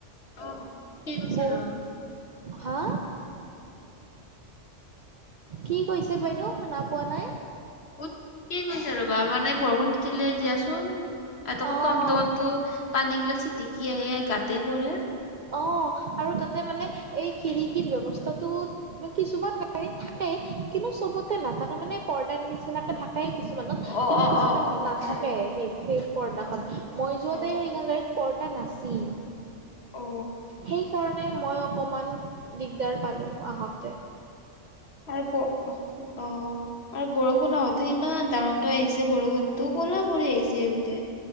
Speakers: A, on the left; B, on the right.
A: অঁ অঁ কি কৈছা
B: ব
A: নো
B: হা কি কৈছে বাইদেউ শুনা পোৱা নাই!
A: অঁ <unintelligible> গৈছে ৰ'বা মানে বৰষুণ দিলে দিয়াচোন এ আকৌ
B: অঁ
A: তম তমটো পানী গিলা চিটিকি আহে গাতে পৰে।
B: অঁ আৰু তাতে মানে এই খিৰিকীৰ ব্যৱস্থাটো কিছুমান গাড়ীত থাকে কিন্তু চবতে নাথাকে মানে পৰ্দাৰ নিচিনাকে থাকে। য় কিছুমানত
A: অ',
B: কিন্তু
A: অ',
B: কিছুমানত
A: অ',
B: নাথাকে
A: অ',
B: সেই সেই পৰ্দাখন
A: অ',
B: মই যোৱাতে
A: অ
B: সেইখন গাড়ী পৰ্দা নাছিল।
A: অ অ
B: সেইকাৰণে মই অকণমান দিগদাৰ পালোঁ আহাতে।
A: আৰু ক অ আৰু বৰষুণত ত ইমান ডাঙৰকে আহিছে বৰষুণ। তোৰ ক'লা পৰি আহিছে গোতে